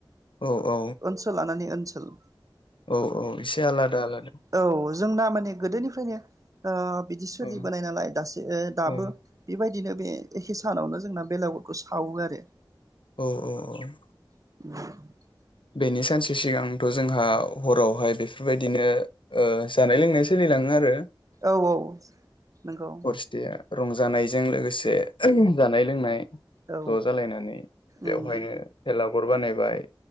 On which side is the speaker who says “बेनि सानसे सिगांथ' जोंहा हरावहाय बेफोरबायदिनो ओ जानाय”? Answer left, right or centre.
Left